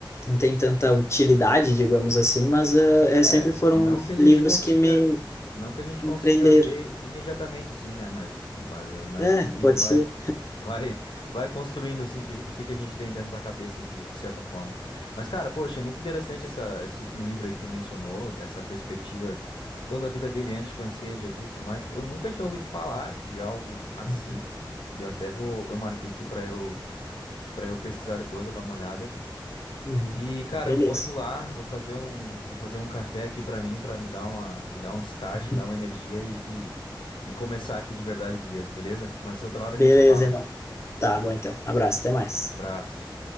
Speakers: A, on the left (about 35°); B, on the left (about 75°).
A: não tem tanta utilidade, digamos assim, mas uh, é,
B: É,
A: sempre foram
B: não que a gente
A: livros
B: consiga,
A: que me,
B: não que a gente
A: me
B: consiga
A: prenderam.
B: ver imediatamente assim, né? Mas, mas eu imagino
A: É,
B: que
A: pode
B: vai,
A: ser.
B: vai, vai construindo assim que- o que que a gente tem dentro da cabeça de, de certa forma. Mas cara, poxa, é muito interessante essa, esse último livro aí que tu mencionou, essa perspectiva toda a vida dele antes de conhecer Jesus, e tudo mais. Eu nunca tinha ouvido falar de algo assim.
A: Uhum.
B: Eu até vou, eu marquei aqui para eu, para eu pesquisar depois, eu dar uma olhada.
A: Uhum.
B: E, cara,
A: Beleza.
B: eu vou indo lá, vou fazer um, vou fazer um café aqui pra mim, pra me dar uma, me dar um start,
A: Uhum.
B: me dar uma energia e, e, e começar aqui de verdade o dia, beleza? Mas outra hora
A: Beleza,
B: a gente se fala.
A: irmão. Tá bom, então. Abraço, até mais.
B: Abraço.